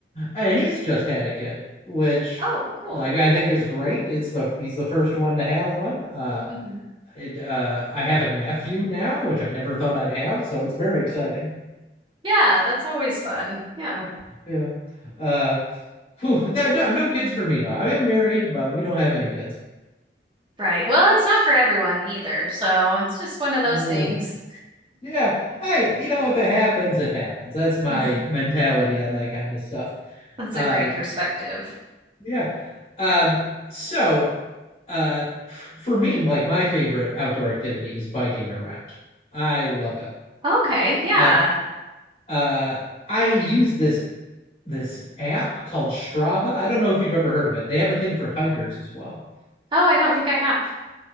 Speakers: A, on the left (about 35°); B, on the right (about 25°).
A: Hey, he's just had a kid, which
B: Oh, cool.
A: like I think is great. It's the he's the first one to have one. Uh,
B: Mhm.
A: it, uh, I have a nephew now, which I never thought I'd have, so it's very exciting.
B: Yeah, that's always fun. Yeah.
A: Yeah. Uh, phew, that- no, no kids for me though. I am married, but we don't have any kids.
B: Right. Well, it's not for everyone either. So it's just one of those
A: No.
B: things.
A: Yeah. Hey, you know, if it happens, it happens. That's my
B: Mm,
A: mentality on that kind of stuff.
B: That's
A: Um,
B: a great perspective.
A: Yeah. Um, so uh f- for me, like my favorite outdoor activity is biking around. I love it.
B: Okay. Yeah.
A: Uh uh I use this this app called Strava. I don't know if you've ever heard of it. They have a thing for hikers as well.
B: Oh, I don't think I have.